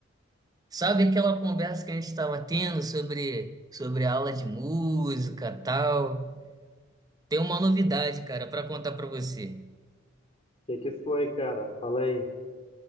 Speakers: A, on the right (about 20°); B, on the left (about 30°).
A: Sabe aquela conversa que a gente estava tendo sobre sobre a aula de música, tal? Tem uma novidade, cara, para contar para você.
B: O que que foi, cara? Fala aí.